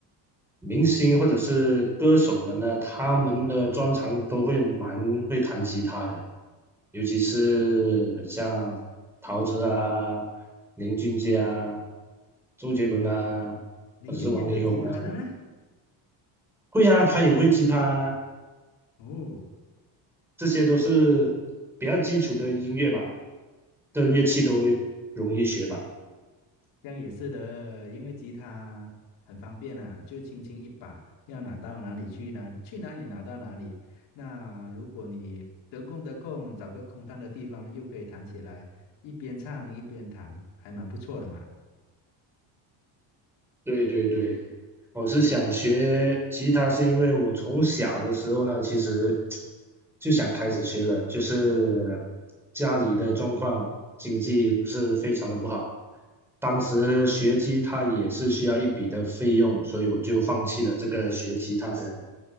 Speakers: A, in the centre; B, on the left (about 65°).
A: 明星或者是歌手们呢，他们的专长都会蛮会弹吉他的，尤其是很像陶喆啊、林俊杰啊、周杰伦啊，
B: 林俊杰是吉他的吗？
A: 或者是王力宏啊。会啊，他也会吉他，
B: 哦，
A: 这些都是比较基础的音乐吧，的乐器都会容易学吧。
B: 这样也是的，因为吉他很方便啊，就轻轻一把，要拿到哪里去哪去哪里拿到哪里。那如果你得空得空，找个空荡的地方，又可以弹起来，一边唱一边弹，还蛮不错的嘛。
A: 对对对，我是想学吉他，是因为我从小的时候呢，其实就想开始学了，就是家里的状况经济不是非常的不好，当时学吉他也是需要一笔的费用，所以我就放弃了这个学吉他的